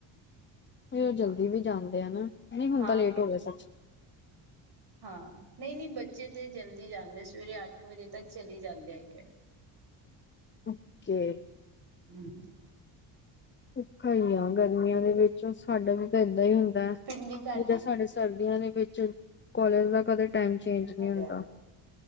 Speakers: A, on the left; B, on the right.
A: ਫਿਰ ਜਲਦੀ
B: ਹਾਂ
A: ਵੀ ਜਾਂਦੇ ਆ ਨਾ ਨਹੀਂ ਹੁੰਦਾ
B: ਹਾਂ
A: ਲੇਟ
B: ਕਿਉਂ
A: ਹੋ ਗਿਆ ਸੱਚ
B: ਹਾਂ ਨਹੀਂ ਨਹੀਂ ਬੱਚੇ ਤੇ ਜਲਦੀ ਜਾਂਦੇ ਸਵੇਰੇ ਅੱਠ ਵਜੇ ਤੱਕ ਚਲੀ ਜਾਂਦੇ ਹੈਗੇ ਏ
A: ਓਕੇ
B: <unintelligible>
A: ਭੁਖਾ ਹੀ ਆ ਗਰਮੀਆਂ ਦੇ ਵਿੱਚ ਸਾਡਾ ਵੀ ਏਦਾਂ ਹੀ ਹੁੰਦਾ ਹੈ
B: ਪਿੰਡੀ ਕਰਦਾ
A: ਜਿਦਾਂ ਸਾਡੇ ਸਰਦੀਆਂ ਦੇ ਵਿੱਚ ਕਾਲਜ ਦਾ ਕਦੇ ਟਾਈਮ ਚੇਂਜ
B: ਪੇਠਾ
A: ਨਹੀਂ ਹੁੰਦਾ।
B: ਲਿਆ